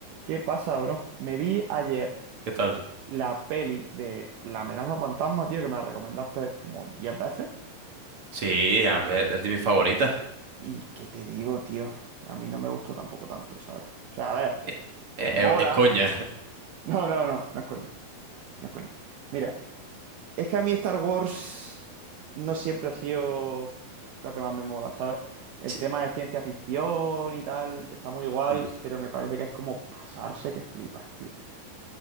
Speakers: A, on the right (about 70°); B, on the right (about 50°).
A: ¿Qué pasa, bro? Me vi ayer
B: ¿Qué tal?
A: la peli de La amenaza fantasma, tío, que me la recomendaste como 10 veces.
B: Sí, a- es de mis favoritas.
A: Y que te digo, tío, a mí no me gustó tampoco tanto, ¿sabes? O sea, a ver,
B: Eh, eh,
A: mola.
B: Es, coña. <laughs>
A: No, no, no, no es coña, no es coña. Mira, es que a mí Star Wars no siempre ha sido lo que más me mola, ¿sabes? El
B: Sí,
A: tema de ciencia ficción y tal está muy guay,
B: mm.
A: pero me parece que es como pasarse que flipas, tío.